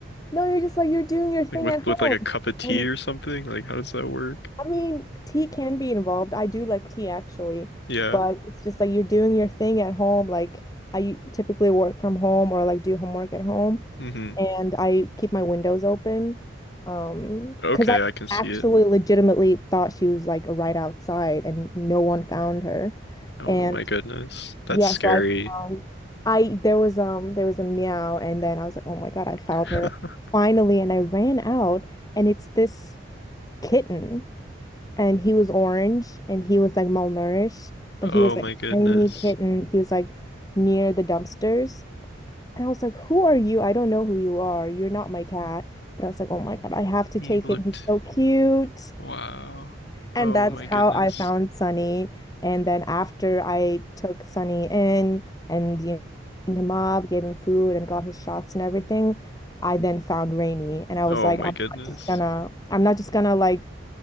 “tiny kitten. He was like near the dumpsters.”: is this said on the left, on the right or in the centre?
Left